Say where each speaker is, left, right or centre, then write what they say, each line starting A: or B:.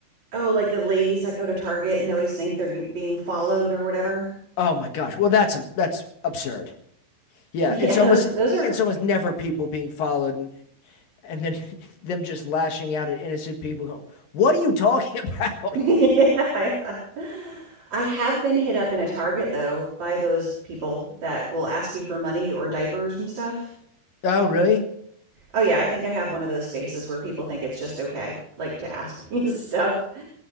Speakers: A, on the right; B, on the left.
A: Oh, like the ladies that go to Target and always think they're ge- being followed or whatever. <laughs>
B: Oh my gosh, well that's that's absurd. Yeah,
A: Yeah,
B: it's
A: those
B: almost
A: those are
B: it's almost never people being followed and and then <laughs> them just lashing out at innocent people. Go, what are you talking about?
A: <laughs> Yeah.
B: <laughs>
A: I have been hit up in a Target though by those people that will ask you for money or diapers and stuff.
B: Oh really?
A: Oh yeah, I think I have one of those faces where people think it's just okay, like to ask <laughs> me stuff.